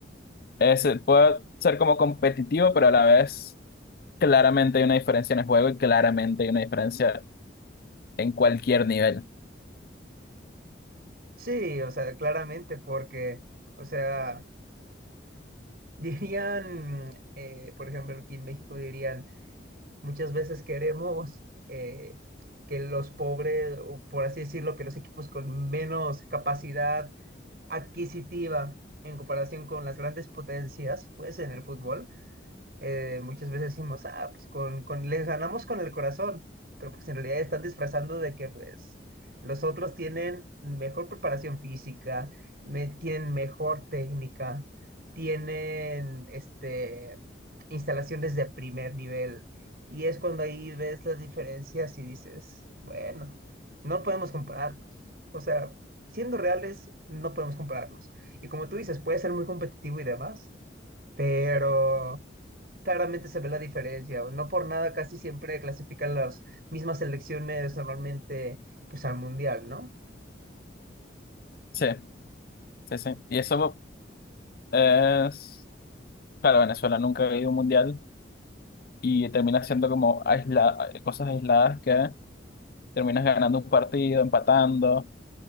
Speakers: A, on the left; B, on the right.
A: Eh, se puede ser como competitivo, pero a la vez Claramente hay una diferencia en el juego y claramente hay una diferencia en cualquier nivel.
B: Sí, o sea, claramente, porque, o sea, <laughs> dirían, eh, por ejemplo, aquí en México dirían, muchas veces queremos eh, que los pobres, o por así decirlo, que los equipos con menos capacidad adquisitiva en comparación con las grandes potencias, pues en el fútbol, eh, muchas veces decimos, ah, pues con, con, les ganamos con el corazón, pero pues en realidad están disfrazando de que pues los otros tienen mejor preparación física, me, tienen mejor técnica, tienen este, instalaciones de primer nivel, y es cuando ahí ves las diferencias y dices, bueno, no podemos compararnos. O sea, siendo reales, no podemos compararnos. Y como tú dices, puede ser muy competitivo y demás, pero claramente se ve la diferencia. No por nada casi siempre clasifican las mismas selecciones normalmente pues al mundial, ¿no?
A: Sí, sí, sí. Y eso es, claro, Venezuela nunca ha ido a un mundial y termina siendo como aisla- cosas aisladas que terminas ganando un partido, empatando,